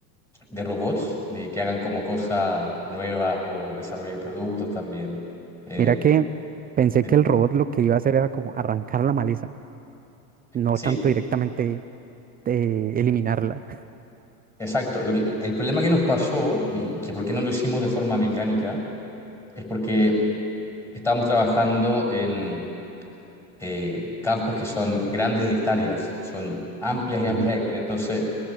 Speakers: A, in the centre; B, on the right.
A: de robots eh, que hagan como cosas nuevas o desarrollo de productos también. Eh,
B: Mira que pensé
A: de-
B: que el robot lo que iba a hacer era como arrancar la maleza, no
A: sí,
B: tanto directamente eh, eliminarla.
A: exacto. Lo que- el problema que nos pasó y que por qué no lo hicimos de forma mecánica es porque Estamos trabajando en eh, campos que son grandes hectáreas, son amplias y
B: <laughs>
A: amplias
B: Ujú,
A: hectáreas. Entonces,